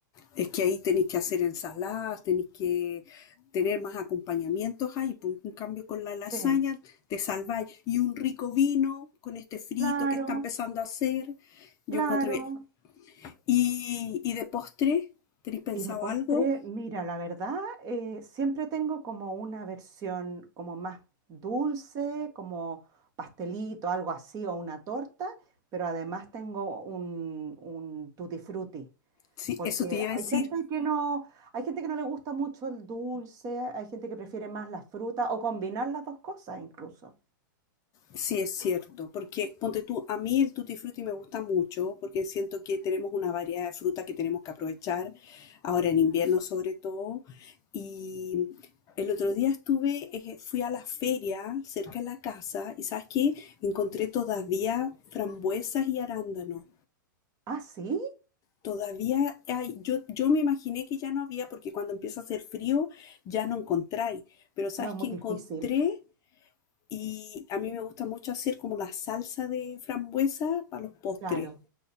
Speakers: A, on the left (about 30°); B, on the right (about 35°).
A: Es que ahí tenéis que hacer ensaladas, tenéis que tener más acompañamientos ahí. pues, En cambio, con la lasaña
B: Sí,
A: te salváis. Y un rico vino con este frito
B: claro,
A: que está empezando a hacer. Yo
B: claro.
A: encuentro bien. Y, y de postre, ¿tenéis pensado
B: Y de postre,
A: algo?
B: mira, la verdad, eh, siempre tengo como una versión como más dulce, como pastelito, algo así, o una torta, pero además tengo un, un tutti frutti.
A: Sí,
B: Porque
A: eso te iba a decir.
B: hay Sí. gente que no, hay gente que no le gusta mucho el dulce, hay gente que prefiere más la fruta o combinar las dos cosas incluso.
A: Sí, es cierto, porque ponte tú, a mí el tutti frutti me gusta mucho porque siento que tenemos una variedad de fruta que tenemos que aprovechar, ahora en invierno sobre todo. Y el otro día estuve, eh, fui a la feria cerca de la casa y ¿sabes qué? Encontré todavía frambuesas y arándanos.
B: Ah, sí,
A: Todavía hay, yo, yo me imaginé que ya no había porque cuando empieza a hacer frío ya no encontráis, pero ¿sabes
B: no es
A: qué
B: muy
A: encontré?
B: difícil,
A: Y a mí me gusta mucho hacer como la salsa de frambuesa para los postres.
B: claro.